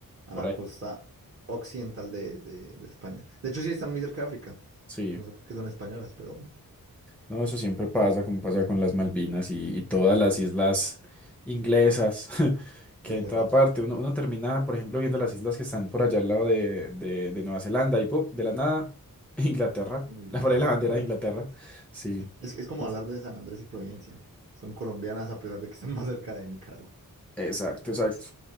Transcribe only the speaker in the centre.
por
ahí.
Sí.
No, eso siempre pasa, como pasa con las Malvinas y, y todas las islas inglesas <laughs> que
hay en
toda parte. Uno, uno termina, por ejemplo, viendo las islas que están por allá al lado de, de- de Nueva Zelanda y ¡pum! de la nada, <laughs> Inglaterra.
La pared de la bandera
de Inglaterra. Sí.
Entonces-
Exacto, exacto.